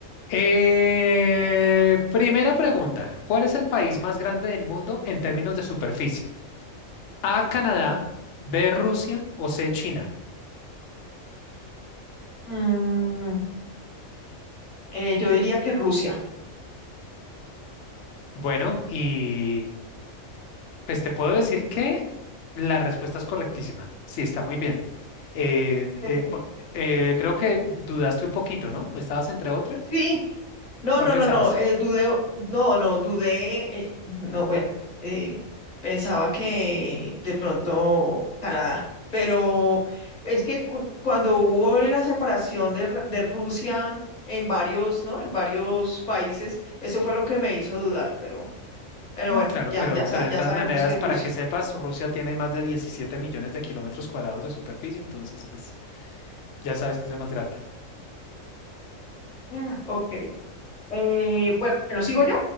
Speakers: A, on the left (about 65°); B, on the left (about 35°).
A: Eh, primera pregunta, ¿cuál es el país más grande del mundo en términos de superficie? A, Canadá, B, Rusia o C, China.
B: Mm, eh, yo diría que Rusia.
A: Bueno, y pues te puedo decir que la respuesta es correctísima. Sí, está muy bien. Eh,
B: <laughs>
A: eh, po- eh, creo que dudaste un poquito, ¿no? ¿Estabas entre otra?
B: Sí, No,
A: ¿Cuál
B: no,
A: pensabas?
B: no, no, eh, dudé, no, no, dudé, eh, no, bueno, eh, pensaba que de pronto Canadá, pero es que cu- cuando hubo la separación de, Ra- de Rusia en varios, ¿no? En varios países, eso fue lo que me hizo dudar, pero, pero
A: No,
B: bueno,
A: claro,
B: ya,
A: pero,
B: ya, sa-
A: pero de
B: ya
A: todas
B: sabemos
A: maneras,
B: que es
A: para
B: Rusia.
A: que sepas, Rusia tiene más de 17 millones de kilómetros cuadrados de superficie, entonces, pues ya sabes que es el más grande.
B: Ah, Ok, eh, bueno, ¿sigo yo?